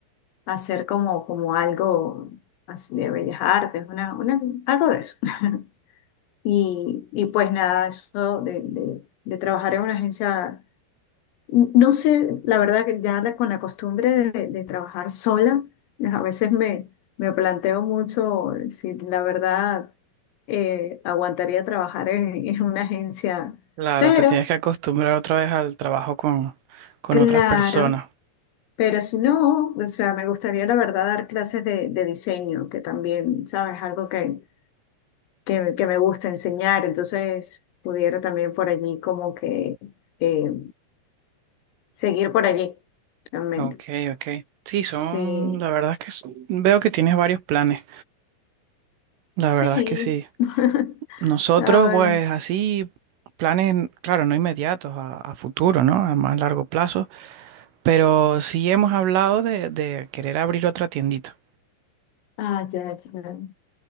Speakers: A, on the left; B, on the right.
A: hacer como, como algo así de bellas artes, una, una, algo de eso. <laughs> Y, y pues nada, eso de, de- de trabajar en una agencia, no sé, la verdad que ya la- con la costumbre de, de trabajar sola, a veces me, me planteo mucho si la verdad eh, aguantaría trabajar en, en una agencia.
B: Claro,
A: Pero,
B: te tienes que acostumbrar otra vez al trabajo con, con
A: claro,
B: otras personas.
A: pero si no, o sea, me gustaría la verdad dar clases de, de diseño, que también, ¿sabes? Algo que, que, que me gusta enseñar, entonces pudiera también por allí como que eh, seguir por allí, realmente.
B: Ok, ok. Sí, son,
A: Sí,
B: la verdad es que son- veo que tienes varios planes. La
A: sí.
B: verdad es que sí.
A: <laughs>
B: Nosotros,
A: Ahora,
B: pues así, planes, claro, no inmediatos, a, a futuro, ¿no? A más largo plazo. Pero sí hemos hablado de, de querer abrir otra tiendita.
A: ah, ya, claro.